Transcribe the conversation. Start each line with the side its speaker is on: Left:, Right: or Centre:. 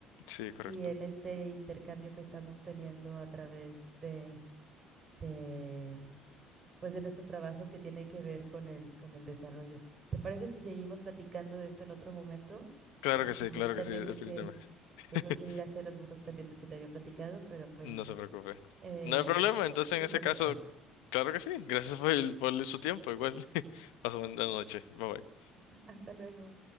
Left: Sí, correcto.
Right: y en este intercambio que estamos teniendo a través de, de, pues de nuestros trabajos que tiene que ver con el, con el desarrollo. ¿Te parece si seguimos platicando de esto en otro momento?
Left: Claro
Right: Porque
Left: que sí,
Right: ahorita
Left: claro que sí,
Right: tengo
Left: definitivamente.
Right: que,
Left: <laughs>
Right: tengo que ir a hacer algunos pendientes que te había platicado, pero pues
Left: No se preocupe.
Right: eh,
Left: No hay problema, entonces
Right: seguimos
Left: en ese caso,
Right: después.
Left: claro que sí. Gracias por, el- por su tiempo, igual. <laughs> Paso buena noche. Bye bye.
Right: <laughs> Hasta luego.